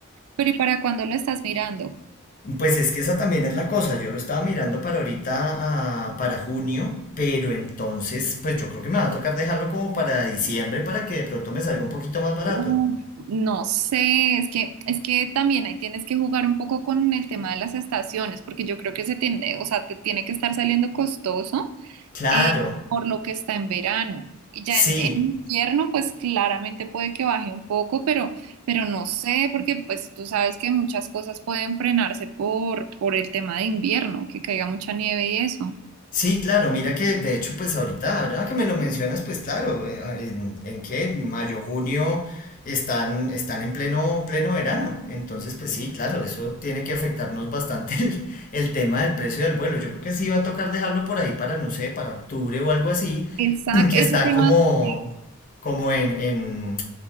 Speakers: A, on the right; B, on the left.
A: Pero ¿y para cuándo lo estás mirando?
B: Pues es que esa también es la cosa, yo lo estaba mirando para ahorita, ah, para junio, pero entonces, pues yo creo que me va a tocar dejarlo como para diciembre para que de pronto me salga un poquito más barato.
A: Uf, no sé, es que, es que también ahí tienes que jugar un poco con el tema de las estaciones, porque yo creo que se tiene, o sea, te tiene que estar saliendo costoso
B: Claro,
A: eh, por lo que está en verano. Y ya
B: sí,
A: en, en invierno, pues claramente puede que baje un poco, pero, pero no sé, porque pues tú sabes que muchas cosas pueden frenarse por, por el tema de invierno, que caiga mucha nieve y eso.
B: Sí, claro, mira que de hecho pues ahorita, ahora que me lo mencionas, pues claro, eh, ah, en, en qué, en mayo, junio están, están en pleno, pleno verano. Entonces pues sí, claro, eso tiene que afectarnos <laughs> bastante el, el tema del precio del vuelo. Yo creo que sí va a tocar dejarlo por ahí para, no sé, para octubre o algo así,
A: Exacto,
B: <clears throat> que
A: eso
B: están
A: te
B: como,
A: iba a decir.
B: como en, en,